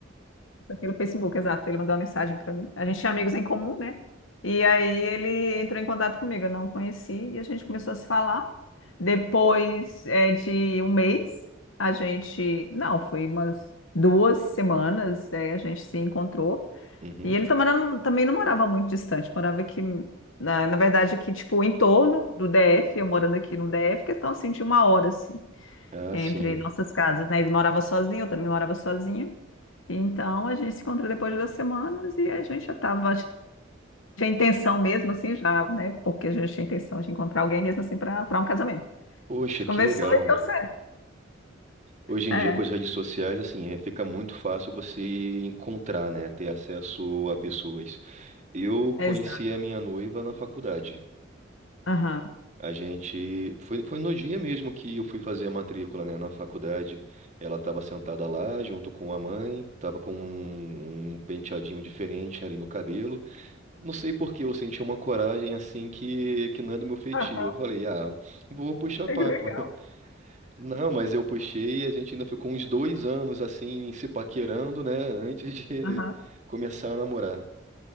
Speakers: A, on the left; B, on the right.
A: Pelo Facebook, exato. Ele mandou uma mensagem para mim. A gente tinha amigos em comum, né? E aí ele entrou em contato comigo. Eu não o conheci e a gente começou a se falar. Depois é, de um
B: Uhum.
A: mês, a gente. Não, foi umas duas semanas, é, a gente se encontrou.
B: Uhum.
A: E ele também não, também não morava muito distante, morava aqui. Na, na verdade, aqui, tipo, em torno do DF, eu morando aqui no DF, questão assim de uma hora, assim,
B: Ah,
A: entre
B: sim.
A: nossas casas, né? Ele morava sozinho, eu também morava sozinha. Então, a gente se encontrou depois de duas semanas e a gente já estava, a gente tinha intenção mesmo, assim, já, né? Porque a gente tinha intenção de encontrar alguém mesmo, assim, para para um casamento. A
B: Poxa,
A: gente
B: que
A: conversou
B: legal.
A: e deu certo.
B: Hoje
A: É,
B: em dia, com as redes sociais, assim, é, fica muito fácil você encontrar, né? Ter acesso a pessoas. Eu conheci
A: exato.
B: a minha noiva na faculdade.
A: Aham.
B: A gente. Foi, foi no dia mesmo que eu fui fazer a matrícula, né? Na faculdade. Ela estava sentada lá, junto com a mãe, estava com um um penteadinho diferente ali no cabelo. Não sei por que eu senti uma coragem assim que, que não é do meu feitio.
A: Aham,
B: Eu falei, ah, vou puxar
A: <laughs> que
B: papo.
A: legal.
B: <laughs> Não, mas eu puxei e a gente ainda ficou uns dois anos assim, se paquerando, né, antes de <laughs>
A: Aham.
B: começar a namorar.